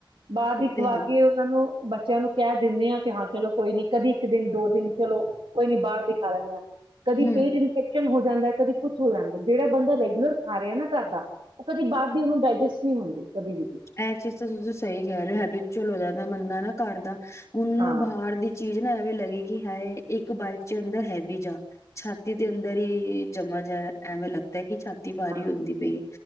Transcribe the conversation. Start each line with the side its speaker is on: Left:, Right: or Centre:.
Right: ਬਾਹਰ ਦੀ
Left: ਉਹ
Right: ਖਵਾ
Left: ਤੇ ਹੈ
Right: ਕੇ ਉਹਨਾਂ ਨੂੰ ਬੱਚਿਆਂ ਨੂੰ ਕਹਿ ਦਿੰਦੇ ਹਾਂ ਕਿ ਹਾਂ ਚਲੋ ਕੋਈ ਨੀ ਕਦੀ ਇੱਕ ਦਿਨ ਦੋ ਦਿਨ ਚਲੋ ਕੋਈ ਨੀ ਬਾਹਰ ਦਿਖਾ ਲੈਂਣੇ ਆਾਂ। ਕਦੀ
Left: ਹਮ
Right: ਪੇਟ ਇੰਫੇਕਸ਼ਨ ਹੋ ਜਾਂਦਾ ਕਦੀ ਕੁੱਛ ਹੋ ਜਾਂਦਾ, ਜਿਹੜਾ ਬੰਦਾ ਰੈਗੂਲਰ ਖਾ ਰਹੇ ਨਾ ਘਰ ਦਾ, ਉਹ ਕਦੇ ਬਾਹਰ ਦੀ ਉਹਨੂੰ ਡਾਇਜੈਸਟ ਨਹੀਂ ਹੁੰਦੇ, ਕਦੀ ਵੀ।
Left: ਇਹ ਚੀਜ਼ ਤਾਂ ਤੁਸੀ ਸਹੀ ਕਹਿ ਰਹੇ ਹੋ, ਹਾਬੀਚੁਅਲ ਹੋ ਜਾਂਦਾ ਬੰਦਾ ਨਾ ਘਰ ਦਾ। ਉਹਨੂੰ
Right: ਹਾਂ
Left: ਬਾਹਰ ਦੀ ਚੀਜ਼ ਨਾ ਐਵੇਂ ਲੱਗੀ ਕਿ ਹਾਏ ਇੱਕ ਬਾਈਟ ਚ ਅੰਦਰ ਹੈਵੀ ਜਾ ਛਾਤੀ ਦੇ ਅੰਦਰ ਹੀ ਜਮਾ ਜਾਇਆ ਐਵੇਂ ਲੱਗਦਾ ਕਿ ਤੀਵਾਰੀ
Right: ਹਾਂ
Left: ਹੁੰਦੀ ਪਈ ਏ।